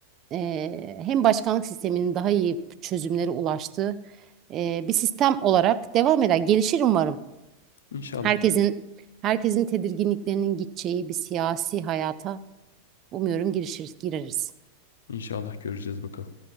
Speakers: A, on the right; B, on the left.
A: e, hem başkanlık sisteminin daha iyi çözümlere ulaştığı e, bir sistem olarak devam eder. Gelişir umarım.
B: İnşallah.
A: Herkesin herkesin tedirginliklerinin gideceği bir siyasi hayata umuyorum girişir, gireriz.
B: İnşallah göreceğiz bakalım.